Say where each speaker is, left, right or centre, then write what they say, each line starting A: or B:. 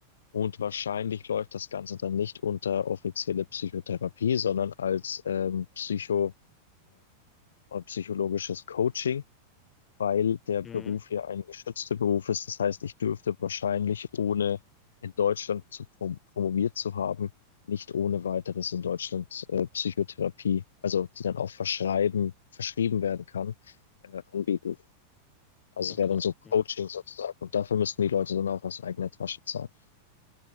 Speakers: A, on the left; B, on the left.
A: und wahrscheinlich läuft das Ganze dann nicht unter offizielle Psychotherapie, sondern als ähm, Psycho, äh, psychologisches Coaching. weil der Beruf
B: Mhm.
A: ja ein geschützter Beruf ist. Das heißt, ich dürfte wahrscheinlich, ohne in Deutschland zu prom promoviert zu haben, nicht ohne weiteres in Deutschland äh, Psychotherapie, also die dann auch verschreiben, verschrieben werden kann, äh, anbieten. Also
B: Okay.
A: es wäre dann so Coaching
B: Mhm.
A: sozusagen. Und dafür müssten die Leute dann auch aus eigener Tasche zahlen.